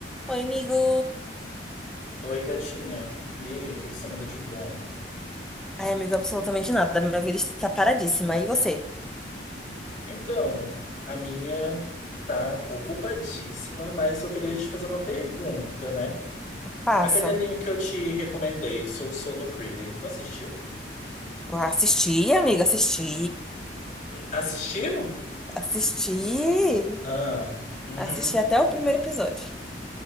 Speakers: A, in the centre; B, on the left.
A: Oi, amigo.
B: Oi, gatinha. E aí, o que que você manda de bom?
A: Ai, amigo, absolutamente nada. Minha vida está paradíssima. E você?
B: Então, a minha tá ocupadíssima, mas eu queria te fazer uma pergunta, né?
A: Passa.
B: Aquele anime que eu te recomendei, Soul Solo Freedom, tu assistiu?
A: Assisti, amiga, assisti.
B: Hum, Assistiu?
A: Assisti.
B: Ah, uhum.
A: Assisti até o primeiro episódio.